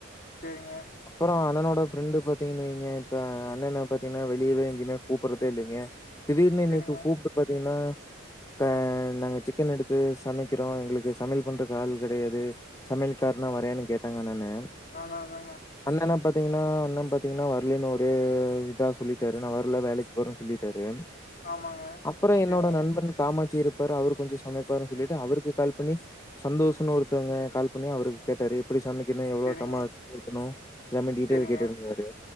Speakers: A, on the left; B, on the left.
A: சேரிங்க
B: அப்பறோ அண்ணனோட ஃப்ரெண்டு் பாத்தீங்கன் வெய்ங்க இப்ப அண்ணென்ன பாத்தீங்ன்னா வெளியவே எங்கயுமே கூப்பட்றதே இல்லீங்க திடீர்னு
A: சேரிங்க
B: இன்னைக்கு கூப்ட்டு பாத்தீங்ன்னா க நாங்க சிக்கன் எடுத்து சமைக்கறோ எங்களுக்கு சமையல் பண்றக்கு ஆள் கெடையாது சமையல் காரனா வரயான்னு கேட்டாங்க அந்த அண்ண
A: அதனால தாங்க
B: ண்ணன பாத்தீங்கன்னா அண்ண பாத்தீங்கன்னா வர்லேனு ஒரு இதா சொல்லிட்டாரு நா வர்ல வேலைக்கு போறேனு சொல்லிட்டாரு
A: ஆமாங்க
B: அப்பறோ என்னோட
A: சேரிங்க
B: நண்பன் காமா ச்சி இருப்பாரு அவரு கொஞ்சோ சமைப்பாரு சொல்லிட்டு அவருக்கு கால் பண்ணி சந்தோஷுனு ஒருத்தவங்க கால் பண்ணி அவருக் கேட்டாரு எப்டி சமை பின்னு எவ்ளோ
A: சேரிங்க
B: <unintelligible> னு எல்லாமே டீட்டெய்ல்
A: சேரிங்க
B: கேட்டுருந்தாரு